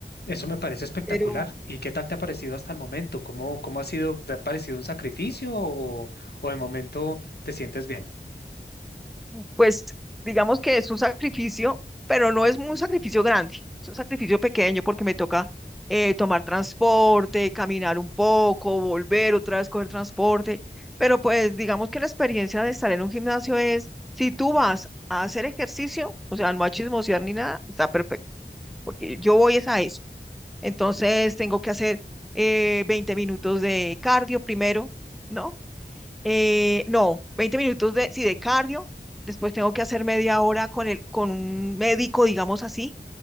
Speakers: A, on the left; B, in the centre.
A: Eso me parece espectacular.
B: Pero
A: ¿Y qué tal te ha parecido hasta el momento? ¿Cómo, cómo ha sido? ¿Te ha parecido un sacrificio o, o de momento te sientes bien?
B: Pues digamos que es un sacrificio, pero no es un sacrificio grande, es un sacrificio pequeño porque me toca eh, tomar transporte, caminar un poco, volver otra vez, coger transporte, pero pues digamos que la experiencia de estar en un gimnasio es, si tú vas a hacer ejercicio, o sea, no a chismosear ni nada, está perfecto, porque yo voy es a eso. Entonces tengo que hacer eh, 20 minutos de cardio primero, ¿no? Eh, no, 20 minutos de, sí, de cardio. Después tengo que hacer media hora con el, con un médico, digamos así,